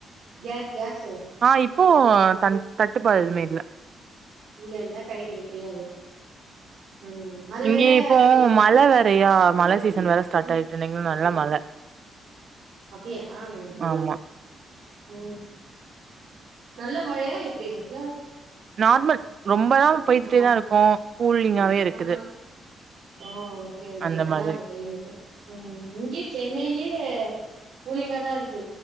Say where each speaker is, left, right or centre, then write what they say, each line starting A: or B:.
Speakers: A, on the right (about 60°); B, on the right (about 45°).
A: கேஸ் கேஸ் ஸ்டவ்வு
B: ஆ இப்போ தன் தட்டுப்பா எதுமே இல்ல
A: இல்லல்ல கடைக்கிது ஃப்ரீயாவு ம் அது
B: இங்யோ
A: வெல
B: இப்போ
A: கொஞ்சோ
B: மழ வேறயா மழை சீசன் வேற ஸ்டாட்
A: ம்
B: ஆய்ட்டு நீங்ளு நல்லா மழ
A: அப்டியா ஆனுன்
B: ஆமா
A: ம் நல்ல மழையா எப்டி அட்லார்
B: நார்மல் ரொம்ப நாம் போய்துட்டே
A: நார்மல்
B: தா இருக்கோ கூல்லிங்காவே இருக்குது
A: ஆ ஓ ஓகே ஓகே
B: அந்த
A: நல்லார்க்கு
B: மாதிரி
A: க்ளைமேட்டு ம் இங்க்யே சென்னைய்லியே கூலிங்காதா இருக்கு